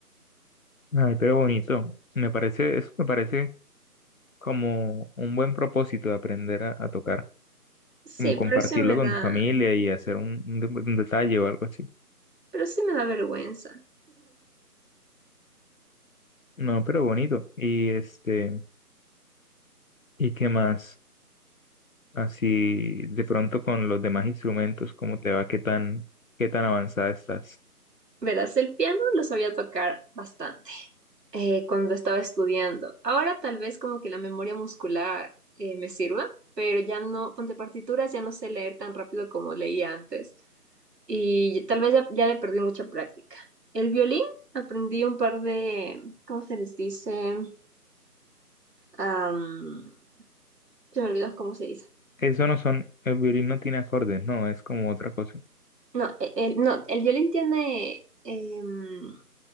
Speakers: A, on the left; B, on the right.
A: ay, pero bonito. Me parece, eso me parece como un buen propósito de aprender a, a tocar,
B: Sí,
A: como compartirlo
B: pero sí me da,
A: con tu familia y hacer un un de- un detalle o algo así.
B: pero sí me da vergüenza.
A: No, pero bonito. Y este, ¿y qué más? Así de pronto con los demás instrumentos, ¿cómo te va? ¿Qué tan, qué tan avanzada estás?
B: Verás, el piano lo sabía tocar bastante eh, cuando estaba estudiando. Ahora tal vez como que la memoria muscular eh, me sirva, pero ya no, ponte partituras, ya no sé leer tan rápido como leía antes y tal vez ya, ya le perdí mucha práctica. El violín aprendí un par de, ¿cómo se les dice? Am, se me olvidó cómo se dice.
A: Eso no son, el violín no tiene acordes, no, es como otra cosa.
B: No, e- el, no, el violín tiene... em,